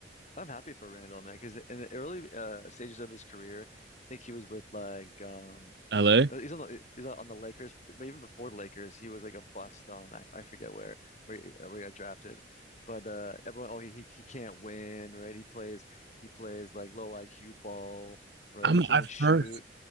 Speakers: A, on the left (about 40°); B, on the right (about 60°).
A: I'm happy for Randall, man, because in the early uh, stages of his career, I think he was with like um,
B: LA.
A: uh, he's on the he's on the Lakers, but even before the Lakers, he was like a bust on I, I forget where where he, where he got drafted, but uh, everyone oh he he he can't win right he plays he plays like low IQ ball right
B: I'm
A: he can't
B: at
A: shoot
B: first.